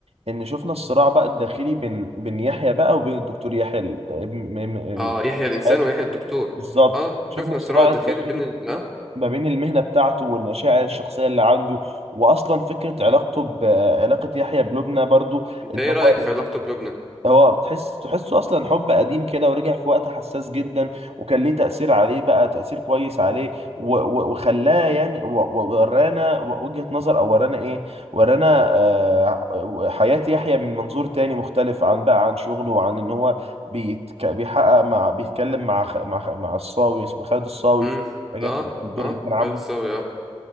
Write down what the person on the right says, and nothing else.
ان شفنا الصراع بقى الداخلي بين بين يحيى بقى وبين الدكتور يحيى ال- م- م-
م-
حياته
بالظبط
شفنا
الصراع
الداخلي
ما بين المهنة بتاعته والمشاعر الشخصية اللي عنده واصلا فكرة
علاقته بعلاقة يحيى بلبنى برضو
ان
هو
هو تحس تحسه اصلا حب قديم كده ورجع في وقت حساس جدا وكان ليه تأثير عليه بقى تأثير كويس عليه و- و- وخلاه يعني و- و- ورانا و- وجهة نظر او ورانا ايه ورانا آه، حياة يحيى من منظور تاني مختلف عن بقى عن شغله وعن ان هو بيتك بيحقق مع بيتكلم مع خ- مع خ- مع الصاوي اسمه خالد الصاوي
في حاجات
الدور
اللي كان عامله